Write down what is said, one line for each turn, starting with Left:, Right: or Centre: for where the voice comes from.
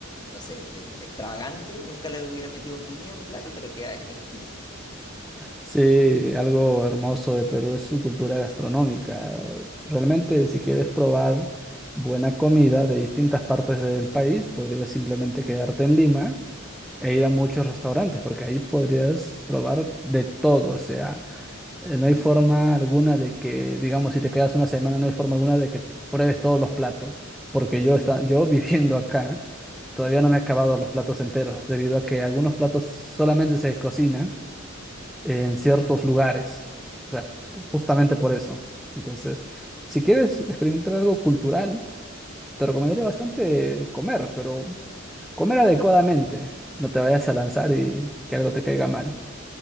Left: no sé, extravagante, nunca le hubiera metido piña a un plato, pero queda exquisito.
Centre: Sí, algo hermoso de Perú es su cultura gastronómica. Realmente, si quieres probar buena comida de distintas partes del país, podrías simplemente quedarte en Lima e ir a muchos restaurantes, porque ahí podrías probar de todo, o sea. eh, no hay forma alguna de que, digamos, si te quedas una semana, no hay forma alguna de que t- pruebes todos los platos, porque yo, está, yo <laughs> viviendo acá, todavía no me he acabado los platos enteros, debido a que algunos platos solamente se cocinan en ciertos lugares, o sea, justamente
Left: Sí.
Centre: por eso. Entonces, si quieres experimentar algo cultural, te recomendaría bastante comer, pero comer adecuadamente, no te vayas a lanzar y que algo te caiga mal.